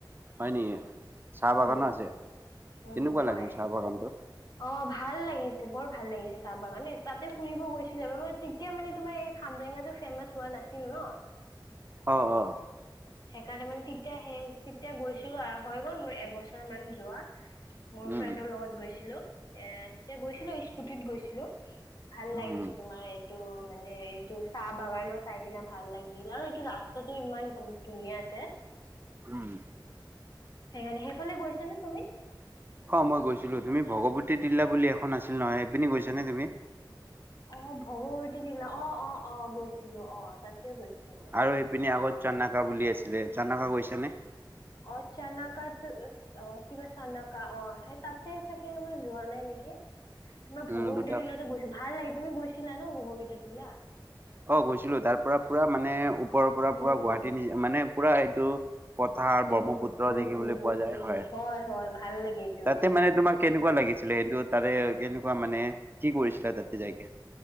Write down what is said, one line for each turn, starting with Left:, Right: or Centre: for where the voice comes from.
Right: হয় নেকি? চাহ বাগানো
Left: উম উম
Right: আছে
Left: উম
Right: কেনেকুৱা
Left: হয়
Right: লাগিল? চাহ বাগানটো
Left: অ', ভাল লাগিছে। বৰ ভাল লাগিছে, চাহ বাগান নে তাতে ফুৰিব গৈছিলো আৰু ম তেতিয়া মানে তোমাৰ এই খামৰেঙাটো ফেমাচ হোৱা না নাছিল ন।
Right: অ', অ'।
Left: সেইকাৰণে মানে তেতিয়া, সেই তেতিয়া গৈছিলো। হৈ গ'ল মোৰ এবছৰ মান যোৱা। মোৰ
Right: উম
Left: ফ্ৰেণ্ডৰ লগত গৈছিলো। এ! তেতিয়া গৈছিলো স্কুটিত গৈছিলো। ভাল
Right: উম
Left: লাগিছে তোমাৰ এটো মানে এইটো চাহ বাগানৰ চাই কিনে ভাল লাগিল আৰু এইটো ৰাস্তাটো ইমান ধুনীয়া আছে।
Right: উ'ম।
Left: সেইকাৰণে সেইফালে গৈছানে তুমি?
Right: অ', মই গৈছিলো তুমি ভগৱতী তিলা বুলি এখন আছিল নহয়, এইপিনে গৈছা নে তুমি?
Left: <unintelligible> অ, ভগৱতী তিলা অ', অ', অ', গৈছিলো অ তাতে গৈছিলো মই।
Right: আৰু সেইপিনি আগত চানকা বুলি আছিলে। চানকা গৈছ নে?
Left: অ', চানকাত অ', কিবা চনকা অ'। সেই তাতে চাগে মই যোৱা নাই নেকি তোমাৰ
Right: উম
Left: ভগৱতী
Right: দুটা
Left: তিলতো গৈছো ভাল লাগি তুমি গৈছিলা ন? ভগবত তিলা-
Right: অ, গৈছিলো তাৰ পৰা পুৰা মানে ওপৰৰ পৰা
Left: উম
Right: পুৰা গুৱাহাটী
Left: উম
Right: নি মানে পুৰা এইটো পথাৰ
Left: উম
Right: ব্ৰহ্মপুত্ৰ
Left: উম
Right: দেখিবলৈ
Left: উম
Right: পোৱা
Left: উম
Right: যায়, হয়।
Left: হয় ভাল লাগে এইটো
Right: তাতে
Left: দেখাত
Right: মানে তোমাক কেনেকুৱা লাগিছে। কিন্তু তাৰে কেনেকুৱা মানে কি কৰিছিলা? তাতে যাইকে।